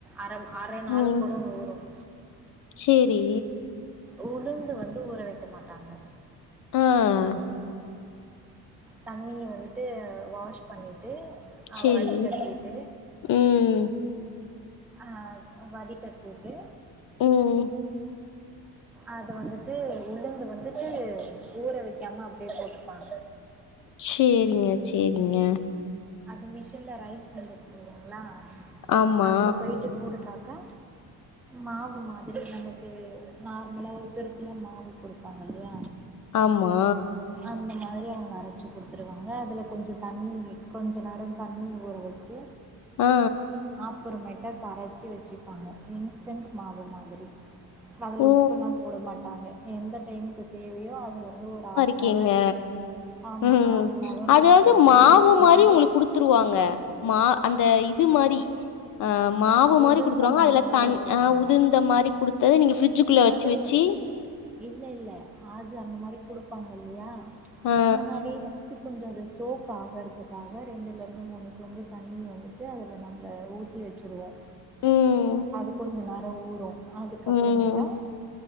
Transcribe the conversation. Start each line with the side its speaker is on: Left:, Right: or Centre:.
Centre: அர அர நாள்
Left: ம்
Centre: கூட ஊறும்
Left: சேரி
Centre: உளுந்து வந்து ஊற வைக்க மாட்டாங்க
Left: ம்
Centre: தண்ணிய வந்துட்டு வாஷ் பண்ணிட்டு அ
Left: சேரி
Centre: வடிகட்டிட்டு
Left: ம்
Centre: ஆ வடிகட்டி இருக்கு
Left: ம்
Centre: அது வந்துட்டு உளுந்து வந்துட்டு ஊற வைக்காம அப்படியே போட்ருப்பாங்க
Left: சேரிங்க சேரிங்க
Centre: அது மிஷின்ல ரைஸ் மில் இருக்குங்களா
Left: ஆமா
Centre: அங்க போயிட்டு குடுப்பா கா மாவு மாதிரி நமக்கு நார்மெலா உதுருத்தியா மாவு கொடுப்பாங்கல்ல
Left: ஆமா
Centre: அந்த மாதிரி அவங்க அரச்சி கொடுத்துருவாங்க அதில கொஞ்ச தண்ணி கொஞ்ச நேரம் தண்ணி ஊற வச் ச்சு
Left: ஆ
Centre: ஆ அப்புறமேய்ட்டு கரச்சி வெச்சுப்பாங்க இன்ஸ்டண்ட் மாவு மாதிரி அதுல
Left: ஓ
Centre: உப்புல்லாம் போட மாட்டாங்க எந்த டைமுக்கு தேவையோ அதுல இருந்து ஒரு ஆஃப்
Left: ஓகேங்க
Centre: அன் ஹவர் ஆமாம்
Left: ம்
Centre: ஆஃப் அன் ஹவர்
Left: அது
Centre: ஒரு
Left: வந்து
Centre: டுவெண்ட்டி
Left: மாவு
Centre: மினிட்ஸ்
Left: மாரி
Centre: முன்னாடி
Left: உங்களுக்கு குடுத்துருவாங்க மா அந்த இது மாரி ஆ மாவு மாரி
Centre: உதிர்ந்த
Left: குடுத்துருவாங்க
Centre: மாவு
Left: அதுல
Centre: மாதிரி
Left: தண்
Centre: கொடுப்பாங்க
Left: ஆ உதிர்ந்த மாரி குடுத்து நீங்க ஃப்ரிட்ஜுக்குள்ள வெச்சு
Centre: அது
Left: வெச்சு
Centre: இல்ல இல்ல அது அந்த மாரி குடுப்பாங்க இல்லையா
Left: ஆ
Centre: முன்னாடியே வந்துட்டு கொஞ்சம் அது சோக் ஆகுறதுக்காக ரெண்டுலருந்து மூணு சொம்பு தண்ணி வந்துட்டு அதில நம்ம ஊத் தி வெச்சுருவோம்
Left: ம்
Centre: அது கொஞ்ச நேரம் ஊறும் அதுக்கப்பேறமேட்டா
Left: ம்,